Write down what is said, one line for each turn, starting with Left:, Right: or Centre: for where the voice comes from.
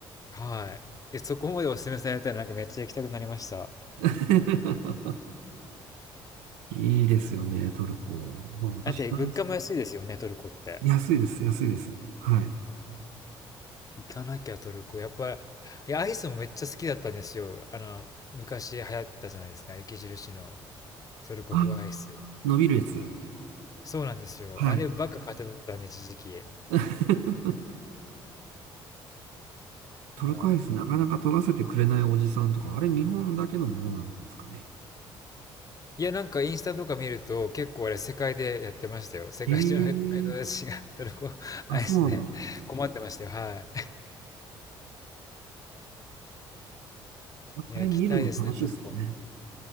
Left: はい。え、そこまでお勧めされたらなんかめっちゃ行きたくなりました。
Right: <laughs> いいですよね、トルコ。まあ、私大好き、
Left: だって物価も安いですよね、トルコって。
Right: 安いです、安いです。はい。
Left: 行かなきゃトルコ。やっぱ、いや、アイスもめっちゃ好きだったんですよ。あの、昔流行ったじゃないですか、雪印のトルコ風アイス。
Right: あ、伸びるやつ。
Left: そうなんですよ。
Right: はい。
Left: あればっか買ってたんで、一時期。
Right: <laughs> トルコアイスなかなか取らせてくれないおじさんとか、
Left: いや、
Right: あれ日本だけのものなんですかね。
Left: いや、なんかインスタとか見ると結構あれ世界でやってましたよ。世界中の人たちがトルコアイスで困ってましたよ。
Right: ええあ、そうなんだ。
Left: はい。いや、
Right: あれ見るの楽しいですよね。
Left: 行きたいですね、トルコ。